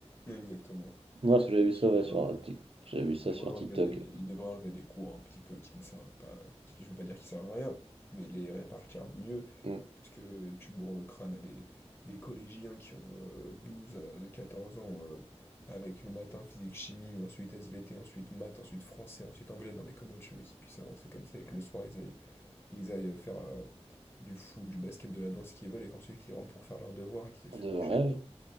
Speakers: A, on the left; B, on the right.
A: Non, Exactement.
B: Ouais, parce
A: Non,
B: que j'avais vu
A: je
B: ça,
A: suis sûr
B: ouais,
A: qu'il
B: sur
A: y en a
B: la
A: un.
B: tic- j'avais vu ça
A: il devrait
B: sur
A: enlever
B: TikTok.
A: des, il devrait enlever des cours un petit peu qui ne servent pas, qui, qui- je veux pas dire qui servent à rien, mais les répartir mieux,
B: Mm.
A: parce que tu bourres le crâne à des, des collégiens qui ont euh, 12 à 14 ans euh, avec le matin physique chimie, ensuite SVT, ensuite maths, ensuite français, ensuite anglais. Non, mais comment tu veux qu'ils puissent avancer comme ça et que le soir ils aillent ils aillent faire euh, du foot, du basket, de la danse, ce qu'ils veulent, et qu'ensuite qu'ils rentrent pour faire leurs devoirs et qu'ils aillent se
B: De
A: coucher.
B: vrai, oui.